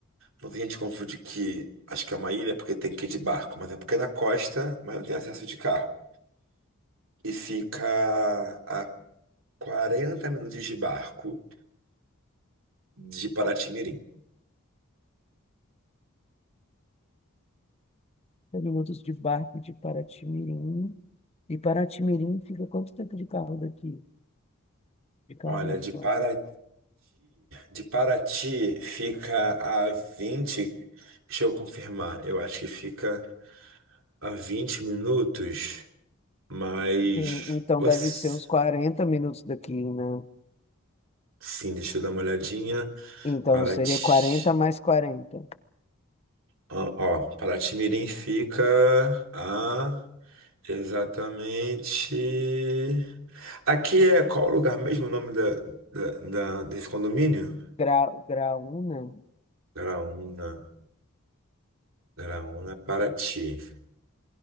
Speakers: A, on the right; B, on the left.
A: Muita gente confunde que acho que é uma ilha porque tem que ir de barco, mas é porque é na costa, mas não tem acesso de carro. E fica a quarenta minutos de barco de Paraty-Mirim.
B: É minutos de barco de Paraty-Mirim. E Paraty-Mirim fica quanto tempo de carro daqui? De carro
A: Olha,
B: no lugar?
A: de Paraty, de Paraty fica a vinte deixa eu confirmar, eu acho que fica a 20 minutos. Mas.
B: Sim, então
A: ups,
B: deve ser uns 40 minutos daqui, né?
A: Sim, deixa eu dar uma olhadinha.
B: Então
A: Paraty.
B: seria quarenta mais quarenta
A: Ó, ó, Paraty-Mirim fica a. Exatamente. Aqui é qual o lugar mesmo, o nome da, da, da- desse condomínio?
B: Grau, grau 1, né?
A: Graúna. Graúna, Paraty.